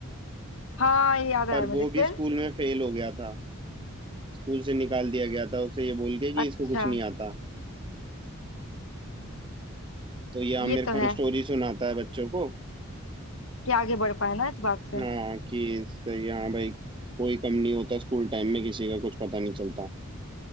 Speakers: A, on the left; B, on the right.
A: हाँ ये याद आया
B: पर
A: मुझे
B: वो भी
A: फिर
B: स्कूल में फेल हो गया था स्कूल से निकाल दिया गया था उसे ये बोल के कि
A: अच्छा
B: इसको कुछ नहीं आता तो ये आमिर
A: ये तो
B: खान
A: है
B: स्टोरी सुनाता है बच्चों को
A: कि आगे बढ़ पाए ना इस बात से
B: हाँ कि इससे यहाँ भाई कोई कम नहीं होता स्कूल टाइम में किसी का कुछ पता नहीं चलता